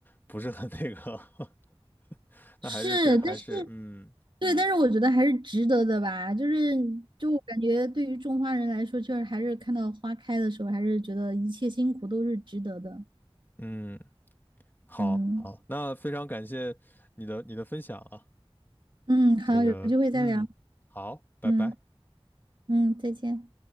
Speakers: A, on the left (about 20°); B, on the right (about 55°).
A: 不是很那个，<laughs> 那还是非还是嗯
B: 是，但是对，但是我觉得还是值得的吧。就是，就我感觉对于种花人来说，就是还是看到花开的时候，还是觉得一切辛苦都是值得的。
A: 嗯，好好，
B: 嗯
A: 那非常感谢你的你的分享啊，
B: 嗯，好，
A: 这个嗯，
B: 有机会再聊。
A: 好，拜拜。
B: 嗯嗯，再见。